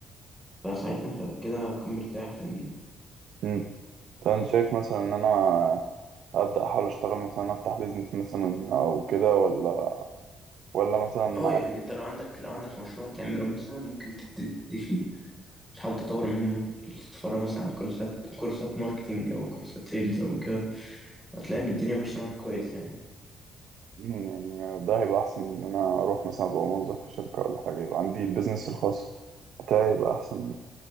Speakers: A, in the centre; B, on the right.
A: فساعتها أنت كده هتكون مرتاح فاهمني
B: امم فانا شايف مثلا ان انا ابدا احاول اشتغل مثلا افتح بيزنس مثلا او كده ولا ولا مثلا
A: اه يعني أنت لو عندك لو عندك مشروع تعمله مثلا ممكن تبتدي فيه تحاول تطور منه تتفرج مثلا على كورسات كورسات ماركتينج او كورسات سيلز او كده وهتلاقي ان الدنيا ماشيه معاك كويسه يعني
B: يعني ده هيبقى أحسن من إن أنا أروح مثلا أبقى موظف في شركة ولا حاجة يبقى عندي البيزنس الخاص بتاعي يبقى أحسن